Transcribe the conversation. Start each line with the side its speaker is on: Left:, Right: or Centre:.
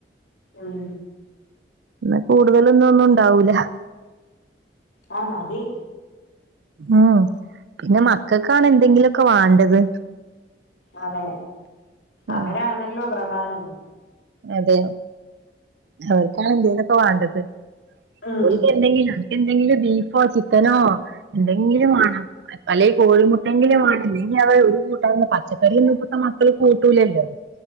Left: ഉം
Right: ന്ന് കൂടുതലൊന്നും ഒന്നും ഉണ്ടാവൂല
Left: ആ മതി
Right: ഉം പിന്നെ മക്കക്കാണ് എന്തെങ്കിലൊക്കെ വാണ്ടത്
Left: അതെ
Right: ഉം
Left: അവരാണല്ലോ പ്രധാനം
Right: അതെ അവർക്കാണ് എന്തേലൊക്കെ വാണ്ടത്
Left: ഉം
Right: ഓൽക്ക് എന്തെങ്കിലും എന്തെങ്കിലും ബീഫോ ചിക്കനോ എന്തെങ്കിലും വാണം അല്ലെ കോഴിമുട്ടെങ്കിലും വാ ഇല്ലങ്കി അവ ഒരു കൂട്ടാന്ന് പച്ചക്കറി ഒന്നും ഇപ്പത്ത മക്കള് കൂട്ടൂലല്ലോ